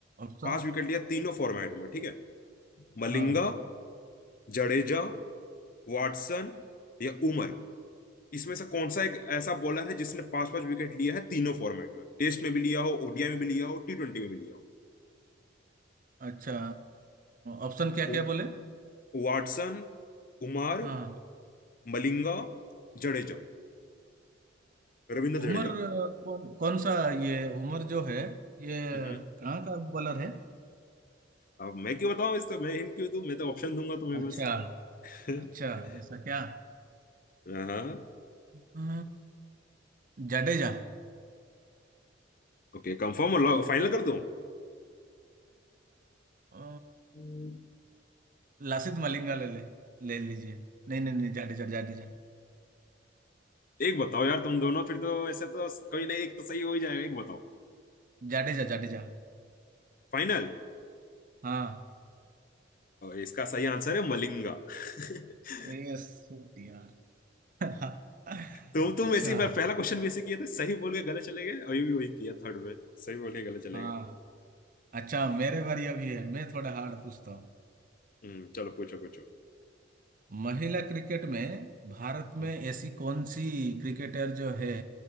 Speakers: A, on the right; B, on the left.
A: ऑप्शन
B: पांच विकेट लिया तीनों फॉर्मेट में ठीक है मलिंगा
A: हाँ
B: जडेजा वाटसन या उमर इसमें से कौन सा एक ऐसा बॉलर है जिसने पांच पांच विकेट लिया है तीनों फॉर्मेट में टेस्ट में भी लिया हो ओडीआई में भी लिया हो टी ट्वेंटी में भी लिया हो
A: अच्छा ऑप्शन क्या
B: उ-
A: क्या बोले
B: वाटसन उमर
A: हाँ
B: मलिंगा जडेजा रविंद्र जडेजा
A: उमर अ, कौन कौन सा ये उमर जो है ये
B: हम्म
A: कहाँ का बॉलर है
B: अब मैं क्यों बताऊं इसका मैं हिंट क्यों दूं मैं तो ऑप्शन दूंगा तुम्हें
A: अच्छा
B: बस <laughs>
A: अच्छा ऐसा क्या
B: हाँ
A: अ, जाडेजा
B: ओके कंफर्म हो फाइनल कर दूं
A: अ,
B: हम्म,
A: लासित मलिंगा ले ले ले लीजिए नहीं नहीं नहीं जाडेजा जाडेजा
B: एक बताओ यार तुम दोनों फिर तो ऐसे तो कोई नहीं एक तो सही हो ही जाएगा एक बताओ
A: जाडेजा जाडेजा
B: फाइनल
A: हाँ
B: इसका सही आंसर है मलिंगा <laughs>
A: यस यार <laughs>
B: तुम तुम
A: अच्छा
B: ऐसी बार पहला क्वेश्चन भी ऐसे किए थे सही बोल के गले चले गए अभी भी वही किया थर्ड में सही बोल के गले चले
A: हाँ
B: गए
A: अच्छा मेरे बारी अभी है मैं थोड़ा हार्ड पूछता हूँ
B: हम्म चलो पूछो पूछो
A: महिला क्रिकेट में भारत में
B: हम्म
A: ऐसी कौन सी क्रिकेटर जो है